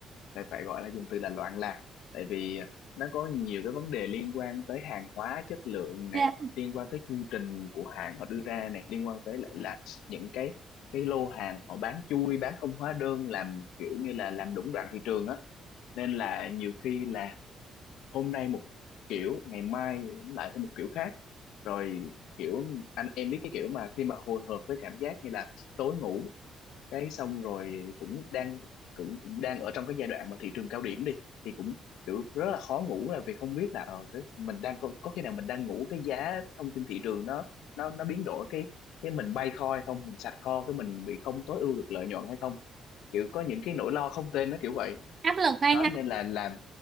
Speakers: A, on the left; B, on the right.
A: phải phải gọi là dùng từ là loạn lạc tại vì nó có nhiều cái vấn đề liên quan tới hàng hóa chất lượng này
B: dạ
A: liên quan tới chương trình của hãng họ đưa ra này liên quan tới lại là những cái cái lô hàng họ bán chui bán không hóa đơn làm kiểu như là làm lũng đoạn thị trường á nên là nhiều khi là hôm nay một kiểu ngày mai lại thêm một kiểu khác rồi kiểu anh em biết cái kiểu mà khi mà hồi hộp với cảm giác như là tối ngủ cái xong rồi cũng đang cũng cũng đang ở trong cái giai đoạn mà thị trường cao điểm đi thì cũng kiểu rất là khó ngủ là vì không biết là ờ, mình đang có, có khi nào mình đang ngủ cái giá thông tin thị trường nó nó nó biến đổi cái cái mình bay kho hay không mình sạch kho cái mình bị không tối ưu được lợi nhuận hay không kiểu có những cái nỗi lo không tên nó kiểu vậy
B: áp lực anh
A: đó
B: ha.
A: nên là làm